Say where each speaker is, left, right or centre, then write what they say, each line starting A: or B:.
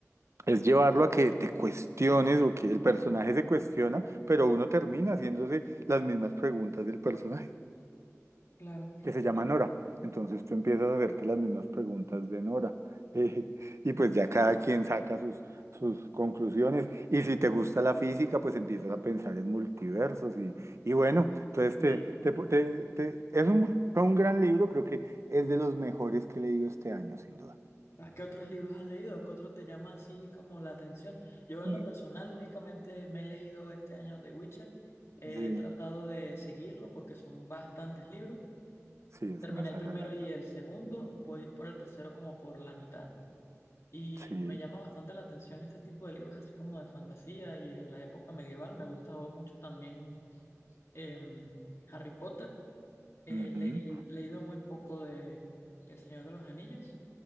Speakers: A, on the right; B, on the left.
A: es llevarlo a que te cuestiones o que el personaje se cuestiona, pero uno termina haciéndose las mismas preguntas del personaje
B: claro,
A: que se llama
B: y,
A: Nora. Entonces tú empiezas a hacerte las mismas preguntas de Nora. <laughs> eh, y pues ya cada quien saca sus, sus conclusiones. Y si te gusta la física, pues empiezas a pensar en multiversos. Y, y bueno, entonces
B: y,
A: te, te, te- te- es un, fue un gran libro, creo que es de los mejores que he leído este año, sin duda.
B: ¿a ¿qué otros libros has leído? ¿Qué otro te llama así como la atención? Yo en
A: Mm.
B: lo personal únicamente me he leído este año The Witcher. He
A: Sí,
B: tratado de seguirlo porque son bastantes libros.
A: sí, es
B: Terminé
A: una saga
B: el primero
A: larga.
B: y el segundo, voy por el tercero como por la mitad y
A: Sí.
B: me llama bastante la atención este tipo de libros así como de fantasía y de la época medieval. Me gustaba mucho también em, Harry Potter. He
A: ujú.
B: leí- leído muy poco de El Señor de los Anillos